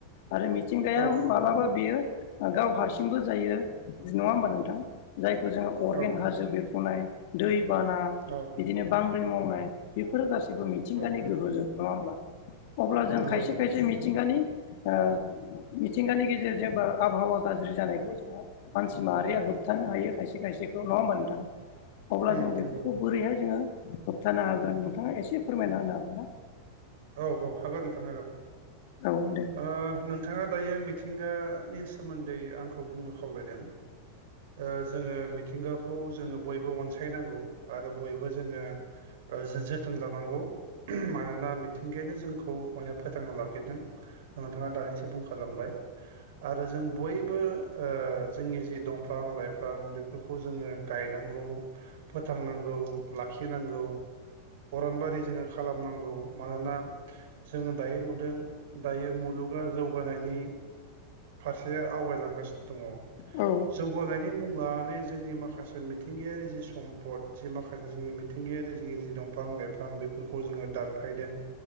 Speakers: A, on the left; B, on the right.
A: आरो मिथिंगाया
B: औ औ
A: मालाबा बेयो गाव हारसिंबो जायो नङा होमबा नोंथां जायखौ जोङो अरगें
B: औ
A: हाजो बेरफुनाय दैबाना
B: औ
A: बिदिनो बांग्रि मावनाय बेफोरो गासैबो मिथिंगानि
B: औ
A: गोहोजों नङा होमब्ला अब्ला जों
B: नंगौ
A: खायसे
B: नंगौ
A: खायसे मिथिंगानि ओ मिथिंगानि गेजेरजों जेनेबा आबहावा गाज्रि जानायखौ जोङो मानसि माहारिया होबथानो हायो खायसे खायसेखौ नङा होनबा नोंथां अब्ला
B: उम
A: जों बेफोरखौ
B: नंगौ
A: बोरैहाय जोङो होबथानो हागोन नोंथाङा एसे फोरमायना होनो हागोन ना?
B: औ औ हागोन नोंथां हागोन
A: हागोन ना औ दे
B: ओ नोंथाङा दायो मिथि मिथिंगानि सोमोनदै आंखौ बुंनो खावलायदों ओ जोङो मिथिंगाखौ खौ जोङो बयबो अनसायनांगौ आरो बयबो जोङो ओ जो जोथोन लानांगौ मानोना मिथिंगायानो जोंखौ माने फोथांना लाखिदों नोंथाङा दानिसो बुंखालांबाय आरो जों बयबो ओ जोंनि जि दंफां फां-लाइफां बेफोरखौ जोङो गायनांगौ फोथांनांगौ लाखिनांगौ अरनबारि जोङो खालामनांगौ मानोना जोङो दायो नुदों दायो मुलुग गा जौगानायनि फारसे आवगायलांगासिनो दङ
A: औ
B: जौगानायनि मुं लानानै जोंनि माखासे मिथिंगायारि जि समपद जि माखासे जोंनि मिथिंगायारि जोंनि जि दंफां बिफां-लाइफां जोङो दानफायदों